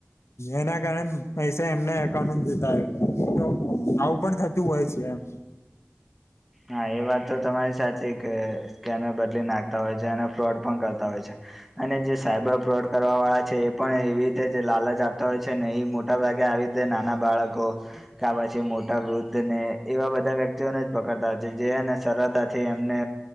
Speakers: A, on the left; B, in the centre.
A: એના કારણે પૈસા એમને એકાઉન્ટ જતા હોય, તો આવું પણ થ હોય છે એમ.
B: હા, એ વાત તો તમારી સાચી કે સ્કેનર બદલી નાખતા હોય છે અને ફ્રોડ પણ કરતા હોય છે. અને જે સાયબર ફ્રોડ કરવાવાળા છે એ પણ એવી રીતે જે લાલચ આપતા હોય છે ને એ મો મોટા ભાગે આવીતે નાના બાળકો, કા પછી મોટા વૃદ્ધ ને એવા બધા વ્યક્તિઓને પ કરતા જેને સરળતાથી એમને